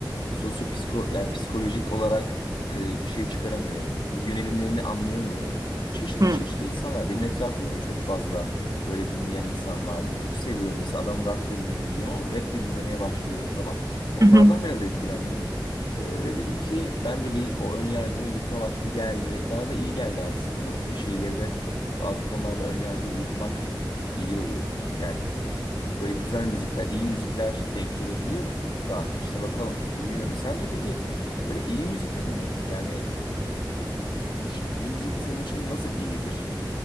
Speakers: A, on the left; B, on the right.
A: sosyopsiko yani psikolojik olarak e, bir şey çıkaramıyorum. Bir yönelimlerini anlayamıyorum. Çeşitli
B: hı,
A: çeşitli insanlar. Benim etrafımda da çok fazla böyle dinleyen insan vardı. Çok seviyorum mesela adam rock da dinlediğini biliyorum ama rap de dinlemeye başlıyor falan. Onlardan
B: hı hı.
A: biraz etkilendim. E, ve dedim ki ben de bir o ön yargımı yıkma vakti geldi. Bana da iyi geldi aslında bu bir şeyleri de bazı konularda ön yargıyı yıkmak iyi oluyor. Yani Böyle güzel müzikler, iyi müzikler denk gelebiliyor da işte bakalım dinliyorum. Sence peki böyle iyi müzik ne demek? Yani bir, bir müzik senin için nasıl iyidir?